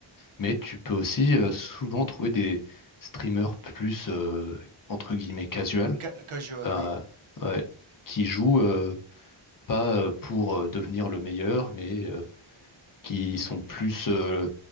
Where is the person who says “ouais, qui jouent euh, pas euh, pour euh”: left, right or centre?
Left